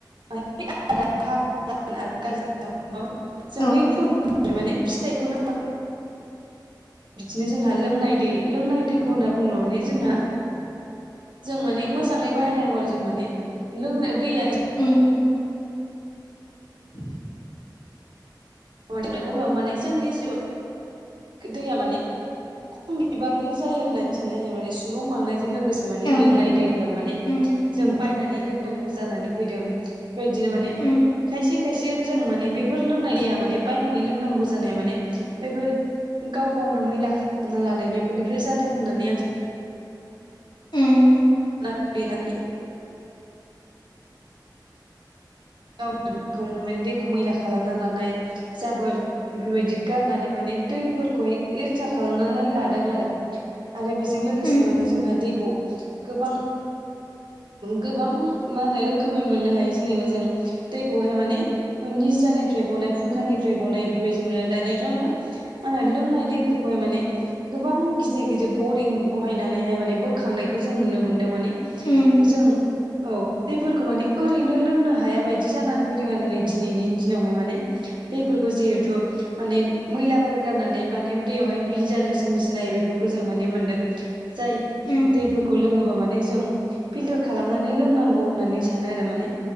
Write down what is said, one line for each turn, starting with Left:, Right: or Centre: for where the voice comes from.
Right: <unintelligible> आरो <unintelligible>
Left: औ
Right: फुल माने फिथाइखौनो बिदिनो जोंहा लोंनाय दै लोंनाय दैखौ होनना बुङोब्ला माने जोंहा जों माने मोजाङै बाहायनांगौ आरो जों माने लोंनो दैया
Left: उम <inaudible>
Right: <unintelligible> अब्लाबो माने जोंनि जिउआव दैया माने खम बिबांनि जायो होननानै सानो माने सुबुं बांनायजों लोगोसे लोगोसे माने
Left: ओं
Right: लोंनाय दैफ्रा माने
Left: उम
Right: जों बायनानै लोंनांगौ जानानै फैदों बेबायदिनो माने
Left: उम
Right: खायसे खायसे सिम जों माने बेफोर लोंनाय दैया माने बायनानै लोंनांगौ जानाया माने बेफोर गाव गावनो मैला खालामना लानाय बेफोरनिफ्राय जादों होननानै
Left: उम
Right: आं
Left: <inaudible>
Right: <unintelligible> <unintelligible> माने दैखौ मैला खालामना लानाय जाबोर बेफोरबायदि गारनानै माने दैफोरखौहाय लेथ्रा खालामनानै लादों आरो आरो बेजों लोगोसेनो
Left: उम
Right: माने जोंहा दैखौ गोबां गोबां मा होनो रोखोमै मोननो हायो जेनेबा जों दैखौहाय माने निज्रानिफ्राय गनाय फुंखानिफ्राय गनाय इफोरबायदि मोनो दानियाथ' आरो मा होनो लोंनाय दैफोरखौहाय माने गोबां गिदिर गिदिर बरिं बहायनानैहाय माने बोखांनायखौ जों नुनो मोन्दों माने
Left: उम
Right: जों औ दैफोरखौ माने ओरैनो लोंनो हाया बायदि जानानै फैदों आरो नै दिनैनि दिनावहाय माने दैफोरखौ जिहेथु माने मैलाफोर गारनानै माने दैयावहाय बिजानु सोमजिनाय बेफोरखौ जों माने मोनदों। जाय
Left: उम
Right: दैफोरखौ लोङोबा माने जों फिल्टार खालामनानै लोंनांगौ होननानै सानो आरो माने